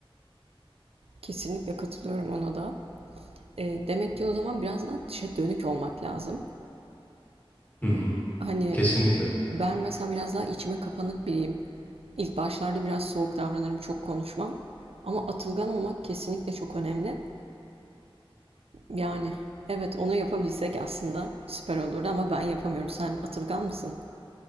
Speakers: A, on the right; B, on the left.
A: Kesinlikle katılıyorum ona da. E, demek ki o zaman biraz daha dışa dönük olmak lazım.
B: Hı hı.
A: Hani
B: Kesinlikle.
A: ben mesela biraz daha içime kapanık biriyim. İlk başlarda biraz soğuk davranırım, çok konuşmam. Ama atılgan olmak kesinlikle çok önemli. Yani evet onu yapabilsek aslında süper olurdu ama ben yapamıyorum. Sen atılgan mısın?